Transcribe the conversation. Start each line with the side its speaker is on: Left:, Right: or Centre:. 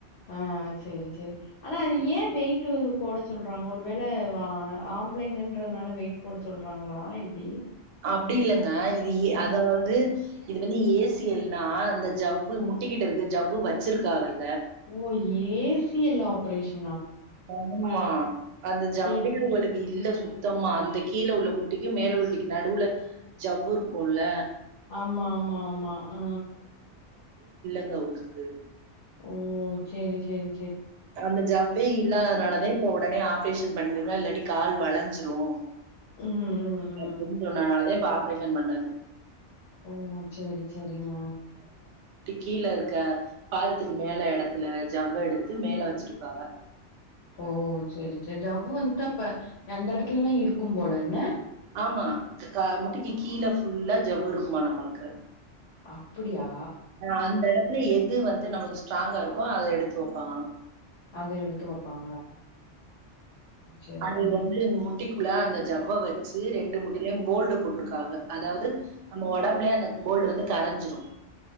Left: ஆ சரி சரி ஆனா அது ஏ வெய்ட்டு போட சொல்றாங்க ஒருவேள ஆம்பளைங்கன்றதுனால வெயிட் போட சொல்றாங்களா எப்டி
Right: அப்டி இல்லங் அ இது
Left: ஆ
Right: அதாவது இது வந்து ஏசு சி நா ஜவ முட்டிக்கிட்டு இருக்கு ஜவவு வச்சிருக்காகல்
Left: ஓ எஸ் தி எல்ல ஆப்ரேஷன்
Right: ஆமா அந்த ஜவ்வு
Left: சேரி சேரி
Right: உங்களுக்கு இல்ல சுத் த்தமா அந்த கீழே உள்ள முட்டிக்கு மேல உள்ளிக்கு நடுவுல ஜவ்வு இருக்கும்ல
Left: ஆமா ஆமா ஆமா ஆ
Right: இங்க உருத்து
Left: ஓ செரி செரி
Right: அந்த ஜவ்வே இல்லாதனால தா இப்ப உடனே ஆபேஷ பண்ணிருாங்க இல்லாட்டி கால் வளஞ்சிரும்
Left: ம், ம், ம்.
Right: அப்டின்னு சொன்னனால தா இப்ப ஆப் ரேஷன் பண்ணாது
Left: ஓ செரி செரிங்க
Right: கீழே இருக்க பாலத்துக்கு மேல இடத்துல ஜவ்வு எடுத்து மேல வச்சிருப்பாவ
Left: ஓ செரி செரி ஜவ்வு வந்துட்டு அப்ப எந்த இடத்துல எல்லா இருக்கும் போல என்ன
Right: ஆமா முடிக்கு கீழே ஃபுல்லா ஜவ்வு இருக்குமாம் நம்மளுக்கு
Left: அப்டியா
Right: ஆஅந்த இடத்துல எது வந் நமக்கு ஸ்ட்ராங்கா இருக்கும் அத எடுத்து வைப்பாங்கலாம்
Left: அது எடுத்து வைப்பாங் சரி.
Right: அது
Left: ம்.
Right: வந்து முட்டிக்குள்ள அந்த ஜவ்வ வச் ச்சு ரெண்டு முட்டிலியும் போல்டு போட்டிருக்காங்க அதாது நம்ம உடம்புலயே அந்த போல்டு வந்து கரஞ்சிரும்